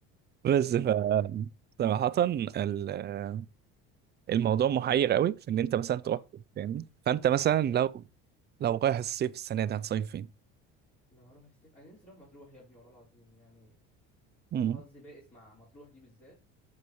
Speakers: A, on the right; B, on the left.
A: بس ف صراحة ال- الموضوع محير قوي في ان انت مثلا تروح
B: اه
A: فين، فاهمني فانت مثلا لو
B: فاهم
A: لو رايح الصيف السنة دي هتصيف فين؟
B: لو اروح السيف انا نفسي اروح مطروح يا ابني والله العظيم يعني
A: امم
B: حظي بائس مع مطروح دي بالذات